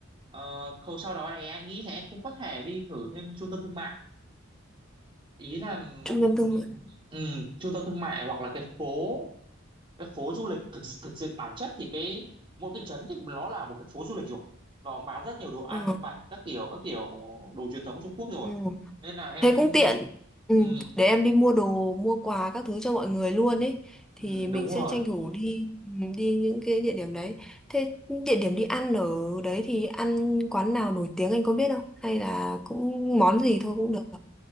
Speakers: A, on the right (about 25°); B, in the centre.
A: ờ, khâu sau đó thì anh nghĩ là em cũng có thể đi thử thêm trung tâm thương mại ý là
B: trung
A: một
B: tâm
A: ừ,
B: thương mại.
A: ừ, trung tâm thương mại hoặc là cái phố cái phố du lịch thực thực sự bản chất thì cái mỗi cái trấn thì nó là một cái phố du lịch rồi nó cũng bán rất nhiều đồ ăn
B: Ờ.
A: vặt các kiểu các kiểu đồ truyền thống Trung Quốc rồi
B: Ừ.
A: nên là em
B: Thế cũng tiện. Ừ,
A: ừ,
B: để em đi mua đồ, mua quà các thứ cho mọi người luôn ấy. Thì
A: Ừ,
B: mình
A: đúng rồi
B: sẽ tranh thủ đi ừ, đi những cái địa điểm đấy. Thế địa điểm đi ăn ở đấy thì ăn quán nào nổi tiếng anh có biết không? Hay là cũng món gì thôi cũng được.